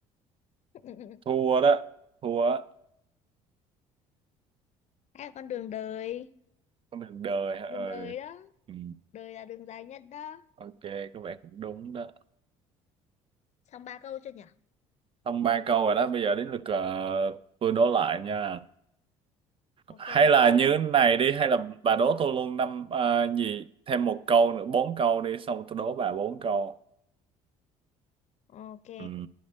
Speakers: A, on the left; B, on the right.
A: <laughs>
B: thua đó thua á.
A: Hay là con đường đời.
B: con đường đời hả? ừ.
A: Đường đời đó.
B: ừ.
A: Đời là đường dài nhất đó.
B: ok có vẻ cũng đúng đó
A: Xong ba câu chưa nhỉ?
B: xong ba câu rồi đó bây giờ đến lượt ờ, tôi đố lại nha
A: Ok,
B: hay
A: đố
B: là
A: câu
B: như
A: nào?
B: thế này đi hay là bà đố tôi luôn năm ờ, gì thêm một câu nữa bốn câu đi xong tôi đố bà bốn câu
A: Ok,
B: ừ